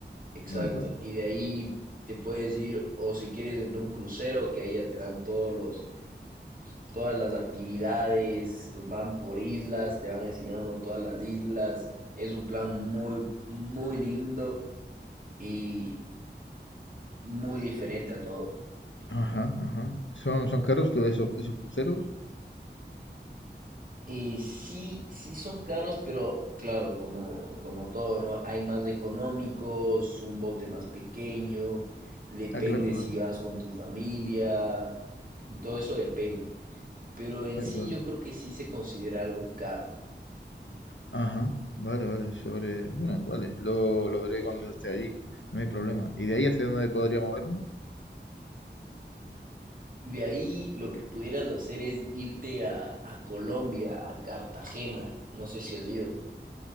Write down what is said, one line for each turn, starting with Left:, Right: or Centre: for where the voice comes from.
Right: exacto.
Left: Vale, vale.
Right: Y de ahí te puedes ir, o si quieres, en un crucero, que ahí ya te dan todos los, todas las actividades, van por islas, te van enseñando todas las islas. Es un plan muy, muy lindo y muy diferente a todo.
Left: Ajá, ajá. ¿Son, son caros todos esos, esos cruceros?
Right: Eh, sí, sí son caros, pero claro, como, como todo, ¿no? Hay más económicos, un bote más pequeño, depende
Left: Ah, claro, claro,
Right: si vas con tu familia, todo eso depende. Pero en
Left: claro,
Right: sí
Left: claro.
Right: yo creo que sí se considera algo caro.
Left: Ajá, vale, vale, sobre... Bueno, vale, lo, lo veré cuando esté allí, no hay problema. ¿Y de ahí hacia dónde podría moverme?
Right: De ahí lo que pudieras hacer es irte a, a Colombia, a Cartagena. No sé si has ido.